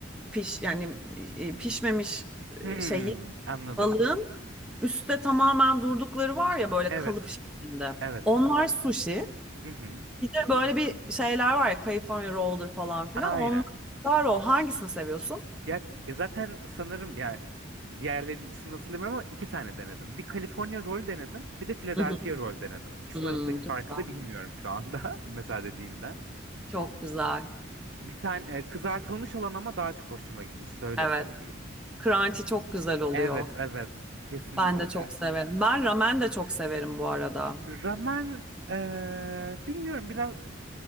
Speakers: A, in the centre; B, on the right.
A: fish yani e, pişmemiş
B: Hmm,
A: e, şey
B: anladım.
A: balığın üstte tamamen durdukları var ya böyle
B: Evet.
A: kalıp şeklinde.
B: Evet.
A: Onlar sushi.
B: Hı hı.
A: Bir de böyle bir şeyler var ya California roll'dur falan filan.
B: Aynen.
A: Onlar roll. Hangisini seviyorsun?
B: Ya e, zaten sanırım ya diğerlerinin ismini nasıl bilmiyorum ama iki tane denedim. Bir California roll denedim, bir de Philadelphia
A: <laughs>
B: roll denedim. İkisinin
A: Hmm,
B: arasındaki farkı
A: çok güzel.
B: da bilmiyorum şu anda <laughs> mesela dediğinden.
A: Çok güzel.
B: Bir tane e, kızartılmış olan ama daha çok hoşuma gitmişti öyle
A: Evet.
B: söyleyeyim.
A: Crunchy çok güzel oluyor.
B: Evet, evet. Kesinlikle.
A: Ben de çok severim. Ben ramen de çok severim bu arada.
B: Ramen eee, bilmiyorum biraz